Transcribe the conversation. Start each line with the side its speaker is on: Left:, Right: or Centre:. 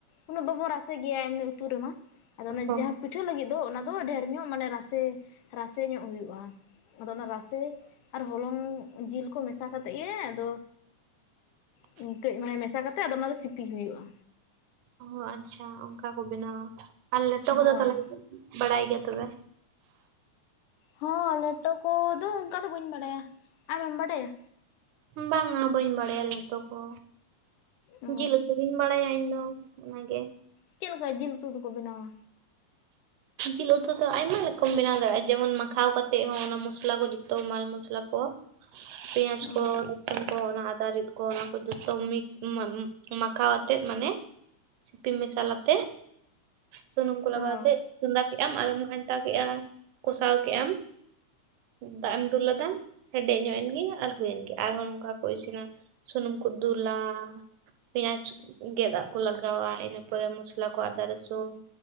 Left: ᱩᱱᱟᱹᱜ ᱵᱟᱵᱚᱱ ᱨᱟᱥᱮ ᱜᱮᱭᱟ ᱮᱢᱱᱤ ᱩᱛᱩ ᱨᱮᱢᱟ ᱟᱫᱚ ᱚᱱᱟ
Right: ᱦᱮᱸ
Left: ᱡᱟᱦᱟᱸ ᱯᱤᱴᱷᱟᱹ ᱞᱟᱹᱜᱤᱫ ᱫᱚ ᱚᱱᱟ ᱫᱚ ᱰᱷᱮᱨ ᱧᱚᱜ ᱢᱟᱱᱮ ᱨᱟᱥᱮ ᱨᱟᱥᱮ ᱧᱚᱜ ᱦᱩᱭᱩᱜᱼᱟ ᱟᱫᱚ ᱚᱱᱟ ᱨᱟᱥᱮ ᱟᱨ ᱦᱚᱞᱚᱝ ᱡᱤᱞ ᱠᱚ ᱢᱮᱥᱟ ᱠᱟᱛᱮᱫ ᱜᱮ ᱟᱫᱚ ᱦᱮᱸ ᱠᱟᱹᱡ ᱢᱟᱱᱮ ᱢᱮᱥᱟ ᱠᱟᱛᱮᱜ ᱟᱫᱚ ᱚᱱᱟᱨᱮ ᱥᱤᱯᱤ ᱦᱩᱭᱩᱜᱼᱟ᱾
Right: ᱚᱻ ᱟᱪᱪᱷᱟ ᱚᱱᱠᱟ ᱠᱚ ᱵᱮᱱᱟᱣᱟ ᱟᱨ ᱞᱮᱴᱚ ᱠᱚᱫᱚ
Left: ᱦᱳᱭ
Right: ᱛᱟᱦᱚᱞᱮ ᱵᱟᱲᱟᱭ ᱜᱮᱭᱟ ᱛᱚᱵᱮ?
Left: ᱦᱚᱸ ᱞᱮᱴᱚ ᱠᱚᱫᱚ ᱚᱱᱠᱟ ᱫᱚ ᱵᱟᱹᱧ ᱵᱟᱰᱟᱭᱟ ᱟᱢᱮᱢ ᱵᱟᱰᱟᱭᱟ?
Right: ᱵᱟᱝᱟ ᱵᱟᱹᱧ ᱵᱟᱲᱟᱭᱟ ᱞᱮᱴᱚ ᱠᱚ
Left: ᱚ
Right: ᱡᱤᱞ ᱩᱛᱩ ᱜᱤᱧ ᱵᱟᱲᱟᱭᱟ ᱤᱧᱫᱚ᱾ ᱚᱱᱟ ᱜᱮ᱾
Left: ᱪᱮᱫ ᱞᱮᱠᱟ ᱡᱤᱞ ᱩᱛᱩ ᱫᱚᱠᱚ ᱵᱮᱱᱟᱣᱼᱟ?
Right: ᱡᱤᱞ ᱩᱛᱩ ᱫᱚ ᱟᱭᱢᱟ ᱨᱚᱠᱚᱢ ᱵᱮᱱᱟᱣ ᱫᱟᱲᱮᱭᱟᱜᱼᱟ ᱡᱮᱢᱚᱱ ᱢᱟᱠᱷᱟᱣ ᱠᱟᱛᱮᱫ ᱦᱚᱸ ᱚᱱᱟ ᱢᱚᱥᱞᱟ ᱠᱚ ᱡᱚᱛᱚ ᱢᱟᱞ ᱢᱚᱥᱞᱟ ᱠᱚ ᱯᱮᱸᱭᱟᱡᱽ
Left: ᱚ
Right: ᱠᱚ ᱨᱟᱹᱥᱩᱱ ᱠᱚ ᱚᱱᱟ ᱟᱫᱟ ᱨᱤᱫ ᱠᱚ ᱠᱚ ᱡᱚᱛᱚ ᱢᱤᱠ ᱢᱟ ᱢᱟᱠᱷᱟᱣ ᱟᱛᱮᱫ ᱢᱟᱱᱮ ᱥᱤᱯᱤ ᱢᱮᱥᱟᱞ ᱟᱛᱮᱫ ᱥᱩᱱᱩᱢ ᱠᱚ ᱞᱟᱜᱟᱣᱟᱛᱮᱫ
Left: ᱚ
Right: ᱪᱚᱸᱫᱟ ᱠᱮᱜ ᱟᱢ ᱟᱨᱮᱢ ᱜᱷᱟᱱᱴᱟ ᱠᱮᱜ-ᱟ ᱠᱚᱥᱟᱣ ᱠᱮᱜ-ᱟᱢ᱾ ᱫᱟᱜ ᱮᱢ ᱫᱩᱞᱟᱫᱟ ᱦᱮᱰᱮᱡ ᱧᱚᱜ ᱮᱱᱜᱮ ᱟᱨ ᱦᱩᱭᱮᱱ ᱜᱮ ᱟᱨᱦᱚᱸ ᱱᱚᱝᱠᱟ ᱠᱚ ᱤᱥᱤᱱᱟ᱾ ᱥᱩᱱᱩᱢ ᱠᱩ ᱫᱩᱞᱟ᱾ ᱯᱮᱸᱭᱟᱡᱽ ᱜᱮᱫᱟᱜ ᱟᱜ ᱠᱚ ᱞᱟᱜᱟᱣᱟ ᱤᱱᱟᱹ ᱯᱚᱨᱮ ᱢᱚᱥᱞᱟ ᱠᱚ ᱟᱫᱟ ᱨᱟᱥᱩᱱ᱾